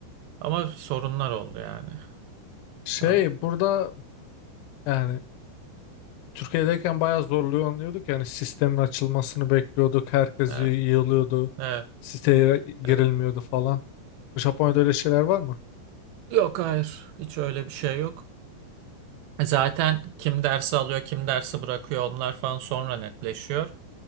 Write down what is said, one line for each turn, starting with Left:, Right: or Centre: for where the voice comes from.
Right: Ama sorunlar oldu yani.
Left: Şey
Right: Tamam.
Left: burada yani Türkiye'deyken bayağı zorlanıyorduk. Yani sistemin açılmasını bekliyorduk. Herkes
Right: Evet,
Left: y- yığılıyordu.
Right: evet,
Left: Siteye girilmiyordu
Right: evet.
Left: falan. Japonya'da öyle şeyler var mı?
Right: Yok hayır. Hiç öyle bir şey yok. Zaten kim dersi alıyor, kim dersi bırakıyor onlar falan sonra netleşiyor.